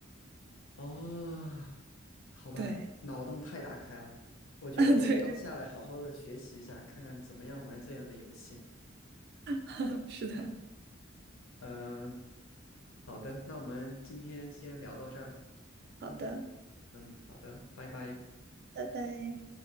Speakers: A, on the left; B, on the right.
A: 哦。好吧，
B: 对，
A: 脑洞太大开了，我觉得我需要下来好好的学习一下，
B: <laughs> 对，这
A: 看看怎么样玩这样的游戏。
B: <laughs> 是的，
A: 嗯，好的，那我们今天先聊到这儿。
B: 好的，
A: 嗯，好的，拜拜。
B: 拜拜。